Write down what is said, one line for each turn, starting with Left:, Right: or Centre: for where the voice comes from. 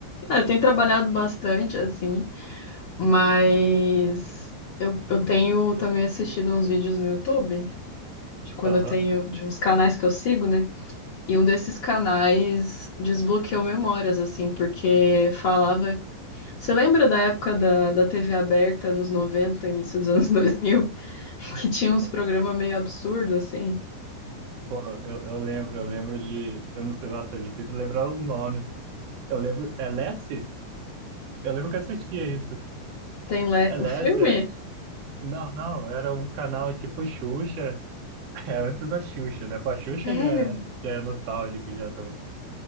Left: é, tenho trabalhado bastante, assim, mas eu, eu tenho também assistido uns vídeos no YouTube, de quando
Right: Aham.
Left: eu tenho, de uns canais que eu sigo, né? E um desses canais desbloqueou memórias, assim, porque falava. Você lembra da época da, da TV aberta, nos 90, início dos anos <laughs> 2000, que tinha uns
Right: É,
Left: programas meio absurdos, assim?
Right: Pô, eu, eu lembro, eu lembro de. Eu não sei, nossa, é difícil lembrar os nomes. Eu lembro. É Lessie? Eu lembro que eu assistia isso.
Left: Tem le...
Right: É Lessie?
Left: o filme?
Right: é- Não, não, era um canal tipo Xuxa. <laughs> É antes da Xuxa, né? Pô, a Xuxa
Left: Sério?
Right: já, é- já é nostálgico já também.